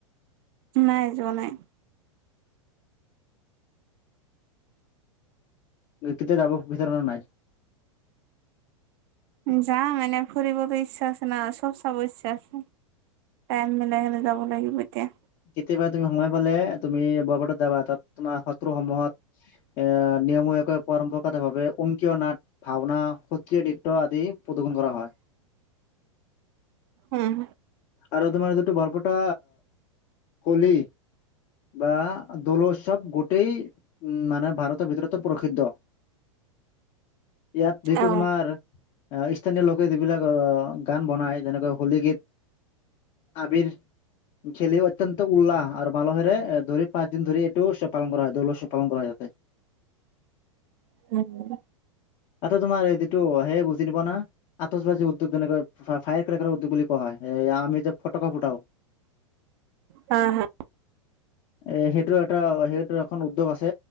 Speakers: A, on the right; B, on the left.
A: নাই যোৱা নাই।
B: কেতিয়া যাব বিচৰা নাই?
A: যাম এনে ফৰিবটো ইচ্ছা আছে না'' চব চাব ইচ্ছা আছে। টাইম মিলাই কেনে যাব লাগিব এতিয়া।
B: কেতিয়াবা তুমি সোময় পালে তুমি বৰপেটাত যাবা, তাত তোমাৰ শত্ৰুসমূহত এ নিয়মীয়াকৈ পৰম্পৰাগতভাৱে অংকীয় নাট ভাওনা সত্ৰীয়া নৃত্য আদি প্ৰদৰ্শন কৰা হয়।
A: উম
B: আৰু তোমাৰ যটো বৰপটা কলি বা দোলচ চব গোটেই উ মানে ভাৰতৰ ভিতৰতো প্ৰসিদ্ধ ইয়াত যিটো
A: অ
B: তোমাৰ স্থানীয় লোকে যিবিলাক গান বনায় যেনেকৈ হোলী গীত আবিৰ খেলিও অত্যন্ত উল্লাহ আৰু ভালদৰে ধৰি পাঁচ দিন ধৰি এইটো পালন কৰা হয়, দৌল উৎসৱ পালন কৰা হয় তাত। <unintelligible>
A: <inaudible> উম
B: আটা তোমাৰ এইটোটো সেইতো <unintelligible> আতচবাজি উদ্যোগ যেনেকৈ ফায়াৰৰ্ক্ৰেকৰ উদ্যোগ বুলি কোৱা হয় এ, আমি যে ফটকা ফুঠও
A: হা হা
B: এ, সেইটো এটা সেইটো এখন উদ্যোগ আছে,